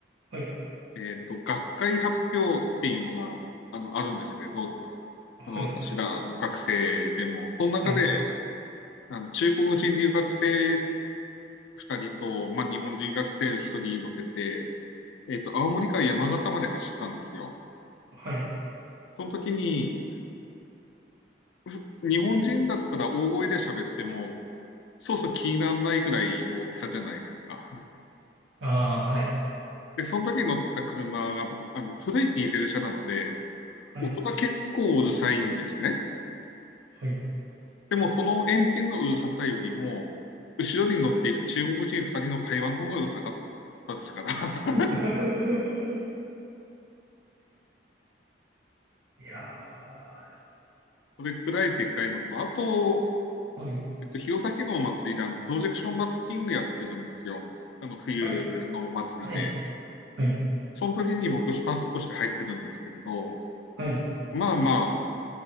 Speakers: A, on the right; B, on the left.
A: はい。
B: えっと、学会発表っていうのが、あの、あるんですけれど、
A: はい。
B: あの、私らの学生でも、その中で、
A: はい。
B: あの、中国人留学生2人と、まあ、日本人学生1人乗せて、えっと、青森から山形まで走ったんですよ。
A: はい。
B: その時に、ふ日本人だったら大声で喋っても、そうそう気にならないくらいの大きさじゃないですか。
A: ああ、はい。
B: で、その時に乗ってた車が、ぼあの、古いディーゼル車なので、
A: はい。
B: 音が結構うるさいんですね。
A: はい。
B: でもそのエンジンのうるささよりも、後ろに乗っている中国人2人の会話の方がうるさかったですから、<laughs>
A: <laughs> いやー、
B: それくらいでっかいのと、あと、
A: はい。
B: えっと、弘前のお祭りであのプロジェクションマッピングやってるんですよ。あの冬のお祭りで。
A: はい。はい。はい。
B: その時に僕スタッフとして入ってるんですけれど、
A: はい。
B: まあま